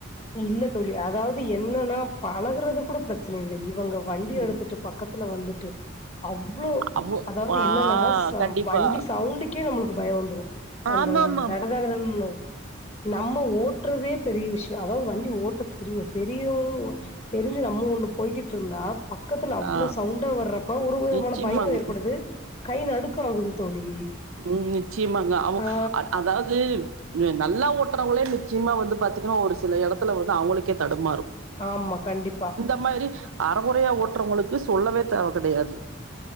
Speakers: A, on the left; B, on the right.
A: இல்ல தோழி அதாவ்து என்னன்னா பழகுறது கூட பிரச்சனை இல்லை இவுங்க வண்டிய
B: ம்
A: எடுத்துட்டு பக்கத்துல வந்துட்டு அவ்ளோ
B: அவ்வோ
A: அதாவ்து
B: ஆ
A: என்னன்னா ச
B: கண்டிப்பா
A: வண்டி சவுண்டுக்கே நம்மளுக்கு பயோ வந்துரு அந்த
B: ஆமாமாம்
A: தட தட தடன்னு நம்ம ஓட்றதே பெரிய விஷ்யோ அதாவ்து வண்டி ஓட்ட தெரியு தெரியு தெரிஞ்சு நம்ம ஒண்ணு போய்கிட்ருந்தா பக்கத்துல அவ்ளோ
B: ஆ
A: சவுண்டா வர்றப்ப ஒரு ஒரு விதமான
B: நிச்சயமாங்க
A: பய ஏற்படுது கை நடுக்கோ ஆவுது தோழி
B: ம் நிச்சயமாங்க அவு
A: ஆ
B: அ அதாவ் து நல்லா ஓட்டுறவங்களே நிச்சயமா வந்து பாத்தீங்கன்னா ஒரு சில எடத்துல வந்து அவுங்களுக்கே தடுமாறு
A: ஆமா கண்டிப்பா
B: ம் மாரி அரகொறயா ஓட்றவங்களுக்கு சொல்லவே தேவ கெடயாது